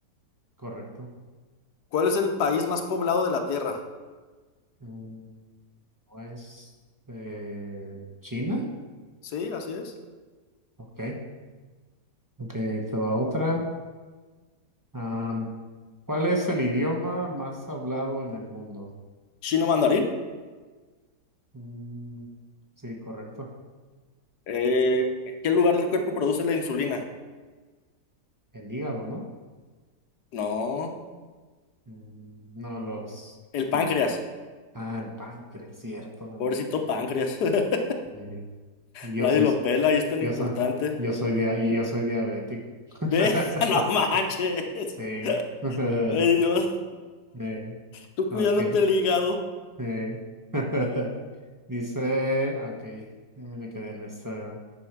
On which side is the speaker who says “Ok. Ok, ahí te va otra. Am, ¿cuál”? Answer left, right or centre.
Right